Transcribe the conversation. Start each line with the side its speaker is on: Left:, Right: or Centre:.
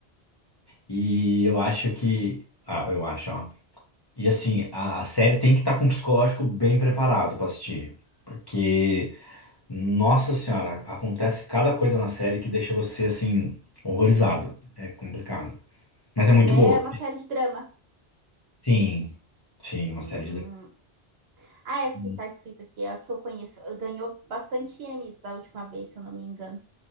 Left: E eu acho que. Ah, eu acho, ó. E assim, a, a série tem que estar com o psicológico bem preparado pra assistir. Porque, nossa senhora, acontece cada coisa na série que deixa você assim, horrorizado. É complicado. Mas é muito
Right: Mas é
Left: boa.
Right: uma série de drama.
Left: Sim, sim,
Right: Hum.
Left: uma série de
Right: Ah, é sim,
Left: dramas.
Right: tá escrito aqui, é o que eu conheço. Ganhou bastante Emmys da última vez, se eu não me engano,